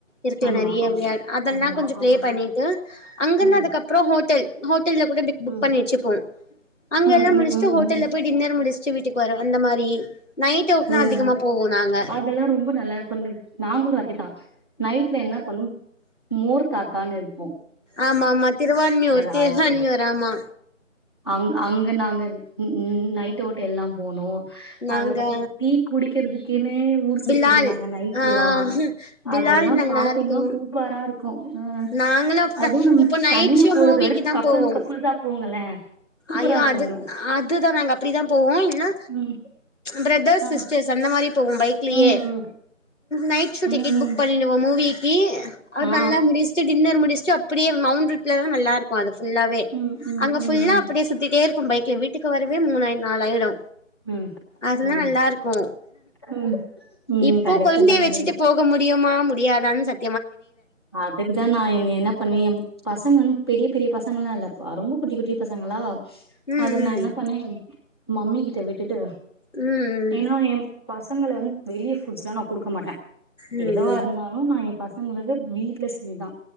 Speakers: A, on the left; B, on the left.
A: இருக்குல
B: ஆமா
A: நறிய
B: ஆமா
A: விள்யா அதெல்லா
B: ஆமா
A: கொஞ்சு ப்ளே
B: ஆமா
A: பண்ணிட்டு அங்கன்ன
B: ம்
A: அதுக்கப்றோ ஹோட்டல் ஹோட்டல்ல கூட பிக் புக்
B: ம்
A: பண்ணி ச்சிப்போ‌ அங்கெல்லா
B: ம் ம் ம்
A: முடிஷ்ட்டு
B: ம்
A: ஹோட்டல்ல
B: ம்
A: போய் டின்னர் முடிஷ் ச்சி வீட்டுக் வர அந்த மாரி நைட் அவுட்லா
B: ம்
A: அதிகமா
B: ம்
A: போவோ நாங்க
B: அதெல்லா ரொம்ப நல்லார்கோ இந் நாங்ளு அதேதா நை ட்ல என்ன பண்ணுவோ மோரு தாத் தான் இ
A: ஆம்மாம்மா திருவான்மியூர்
B: ராயப்பூர்
A: திர்வான்மியூர் ஆம்மா
B: அங் அங்க நாங்க ன் ன் நைட் ஔட்டெல்லா‌ போனோ
A: நாங்க
B: அதுக்கப்றோ டீ குடிக்கிறதுக்குன்னு ஏ ஊர் சுத்துரோ
A: பிலால்
B: நாங்க நைட்லா
A: ஆ பிலால்
B: அதெல்லா
A: நல்லா
B: பாத்தீங்கன்னா
A: இருக்கு
B: சூப்பரா இருக்கோ அ
A: நாங்களு அப்டிதா
B: அதுவு நம்
A: இப்போ நைட்
B: தனியா
A: ஷோ
B: போறத
A: மூவிக்கு
B: விட
A: தா
B: கப்புள்ஸ்
A: போவோ
B: கப்புள்ஸா போங்களே சூப்பரா
A: ஐயோ
B: இருக்கு
A: அது
B: இன்னு
A: அதுதா நாங்க அப்டிதா போவோ இல்ன்னா
B: ம்
A: ப்ரத
B: ஆ
A: சிஸ்டர்ஸ் அந்த மாரி போவோ பைக்லேயே
B: ம் ம்
A: நைட் ஷோ டிக்கெட்
B: ம்
A: புக்
B: ம்
A: பண்ணிடுவோ மூவீ கீ அது
B: ஆ
A: நல்லா முடிச்ட்டு டின்னர் முடிச் சோ அப்டியே மள்ந்துட்டு நல்லா இருக்கோ அது ஃபுல்லாவே
B: ம் ம் ம்
A: அங்க
B: ம்
A: ஃபுல்லா அப்டியே சுத்திட்டே இருப்போ பைக்ல வீட்டுக் கு வரவே மூணூ நாலாயிடோ
B: ம்
A: அதுதா
B: ம்
A: நல்லா இருக்கோ
B: ம் ம்
A: இப்போ
B: கரெக்ட்
A: கொழ்ந்தைய
B: தா
A: வெச்சுட்டு
B: அது
A: போக முடியுமா முடியாதான் சத்
B: அதுக்குதா நா என் என்ன பண்ணுவே பசங்கன் பெரிய பெரிய பசங்கள்லா இல்லப்பா ரொம்ப குட்டி குட்டி பசங்களா
A: ம்
B: அதுக்கு நா என்ன பண்ணே மம்மி கிட்ட விட்டுட்டு
A: ம் ம்
B: ஏன்னா எ பசங்கள வந் வெளிய ஃபுட்ஸ்லா நா குடுக்க மாட்டே
A: ம்
B: எதுவா
A: ம்
B: இருந்தாலு நா ஏ பச் சங்களுக்கு வீட்ல செஞ்சதா